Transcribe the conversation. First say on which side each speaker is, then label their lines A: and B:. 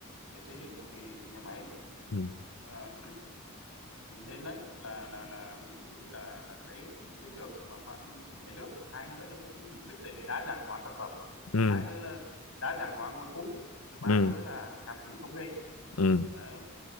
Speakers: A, on the left (about 60°); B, on the left (about 85°).
A: để xây dựng một cái nhà máy
B: ừ
A: À, nên đấy là là là mình nghĩ là là đấy là cũng chiến lược mà khoan của nhà nước mà hai nữa là cũng mục đích là để đa dạng hóa sản phẩm
B: ừ
A: hai nữa là đa dạng hóa nguồn cung thứ ba
B: ừ
A: nữa là làm chủ công nghệ
B: ừ
A: đấy